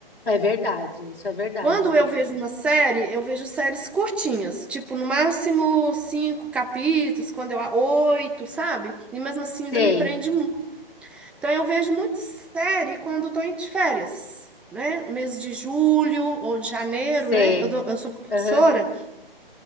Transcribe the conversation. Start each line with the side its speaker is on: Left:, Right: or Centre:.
Left: É verdade, isso é verdade.
Centre: Quando eu vejo uma série, eu vejo séries curtinhas, tipo no máximo cinco capítulos, quando eu oito, sabe? E mesmo assim ainda
Left: Sei,
Centre: me prende muito. Então eu vejo muita série quando estou de férias, né? Mês de julho ou de janeiro,
Left: sei.
Centre: né? Eu, dou- eu sou professora,
Left: Aham,